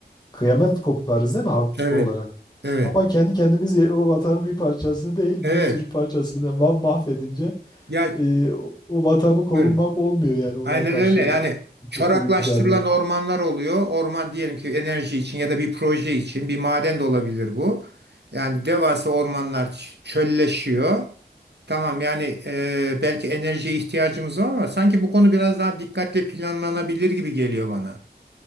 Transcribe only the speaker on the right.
Evet
evet
evet
ya
buyurun.
Aynen
öyle. Yani çoraklaştırılan
ormanlar oluyor. Orman diyelim ki enerji için ya da bir proje için bir maden de olabilir bu. Yani devasa ormanlar ç- çölleşiyor. Tamam yani e, belki enerjiye ihtiyacımız var ama sanki bu konu biraz daha dikkatle planlanabilir gibi geliyor bana.